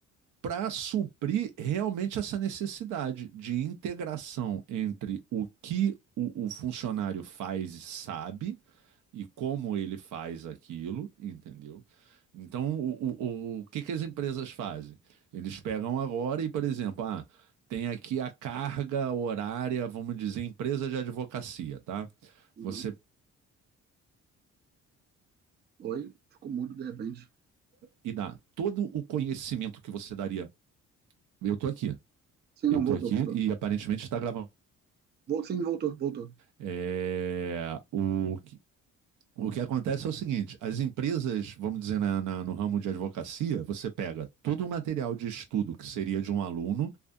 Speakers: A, on the right (about 80°); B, on the right (about 35°).
A: para suprir realmente essa necessidade de integração entre o que o, o funcionário faz e sabe e como ele faz aquilo, entendeu? Então, o, o, o que, que as empresas fazem? Eles pegam agora e, por exemplo, ah, tem aqui a carga horária, vamos dizer, empresa de advocacia, tá?
B: Uhum.
A: Você
B: Oi, ficou mudo de repente.
A: e dá todo o conhecimento que você daria. Eu tô aqui,
B: Sim,
A: eu
B: não,
A: tô
B: voltou,
A: aqui
B: voltou.
A: e aparentemente está gravando
B: Vol- sim, voltou, voltou.
A: É, o, que- o que acontece é o seguinte: as empresas, vamos dizer, na- na- no ramo de advocacia, você pega todo o material de estudo que seria de um aluno